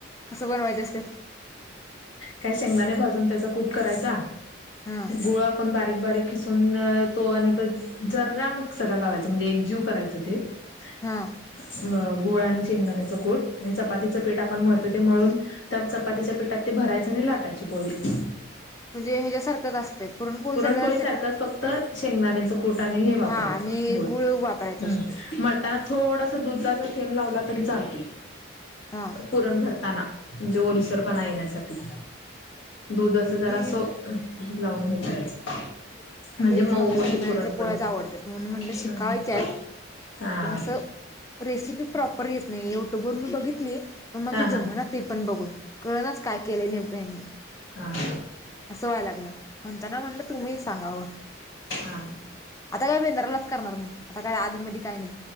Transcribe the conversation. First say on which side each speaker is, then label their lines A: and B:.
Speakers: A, on the left; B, on the left.
A: च बनवायचे असतात.
B: काय शेंगदाने भाजून त्याचा कूट करायचा
A: हा
B: गोळा आपण बारीक - बारीक! खिसून तो आणि त जरा मिक्सरला लावायचा म्हणजे एक जीव करायच ते -
A: हा
B: <unintelligible> गुळ आणि शेंगदाण्याच कूट चपातीचं पीठ आपण मळतोय ते मळून त्या चपाती - चपातीच्या पीठात ते भरायचं आणि लाटायची पोळी -
A: म्हणजे ह्याच्यासारखंच असतंय
B: पुरणपोळी
A: असते
B: सारखंच फक्त शेंगदाणेच कुट आणि हे वापरायचं.
A: हा आणि
B: बोल
A: गुळ वापरायचा
B: <unintelligible> हम्म
A: असतोय
B: मळताना - थोडासा दुधाचा थेंब लावला तरी चालत
A: हा
B: पुरण भरताना. म्हणजे ओलसरपणा येण्यासाठी दूध असं जरासं
A: मी
B: - लावून हे करायचं. म्हणजे
A: तेच
B: मऊष
A: मला शेंगदाण्याच्या
B: पुरणपण
A: पोळ्याच आवडतात
B: <unintelligible>
A: म्हणून म्हणलं शिकायच्यात
B: हां
A: पण असं रेसिपी प्रॉपर येत नाही युट्यूब वर मी बघितली पण मला
B: हा
A: ते
B: हा हा
A: जमना ते पण बघून! कळ नाच काय केलंय नेमकं यांनी -
B: हां
A: असं व्हाय लागलं म्हणता ना म्हटलं तुम्ही सांगावं.
B: हा
A: आता काय भेंद्रालाच करणार मी आता काय आधी म काय नाही